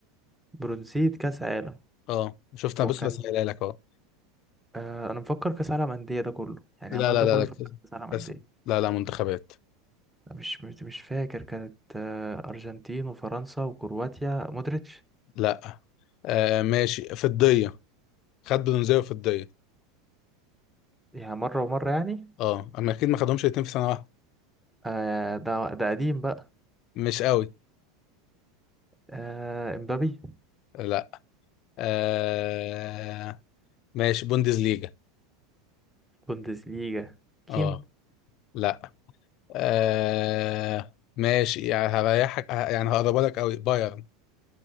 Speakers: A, in the centre; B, on the left.
A: برونزية كأس عالم
B: اه شفت انا
A: هو
B: بس
A: كان
B: بسألها لك اهو
A: آه أنا مفكر كأس عالم أندية ده كله يعني
B: لا
A: عمال
B: لا
A: ده
B: لا
A: كله
B: لا كأس
A: في كأس عالم أندية
B: كأس- لا لا منتخبات
A: مش مش مش فاكر كانت آه، أرجنتين وفرنسا وكرواتيا مودريتش
B: لا آه ماشي فضية خد برونزية وفضية
A: يعني مرة ومرة يعني
B: اه اما اكيد ما خدهمش الاتنين في سنة واحدة
A: آه ده ده قديم بقى
B: مش قوي
A: آه امبابي
B: لا آه ماشي بوندسليجا
A: بوندسليجا كين
B: اه لا آه ماشي يعني هريحك ه- يعني هقربها لك قوي بايرن